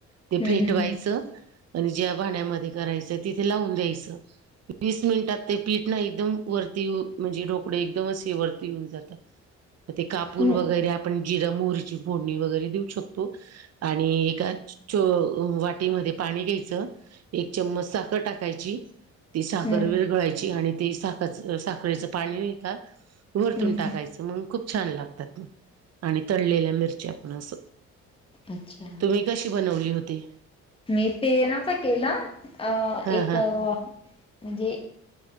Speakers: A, on the right (about 55°); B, on the left (about 20°).
A: ते
B: हम्म
A: फेटवायचं.
B: हम्म
A: आणि ज्या भाण्यामध्ये करायचं तिथे लावून द्यायचं वीस मिनिटात ते पीठ ना एकदम वरती म्हणजे ढोकळे एकदम असे वरती होऊन जातात. ते कापून
B: हम्म
A: वगैरे आपण जिरा मोहरीची फोडणी वगैरे देऊ शकतो. आणि एका च वाटीमध्ये पाणी घ्यायचं. एक चम्मच साखर टाकायची. ती साखर
B: हम्म हम्म.
A: विरगळायची आणि तेी साखरचं साखरेचं पाणी एका वरतून
B: हम्म
A: टाकायचं. खूप छान लागतात आणि तळलेल्या मिरच्या आपण अस.
B: अच्छा.
A: तुम्ही कशी बनवली होती.
B: मी ते नवता केलं अ
A: हा
B: एक
A: हा.
B: म्हणजे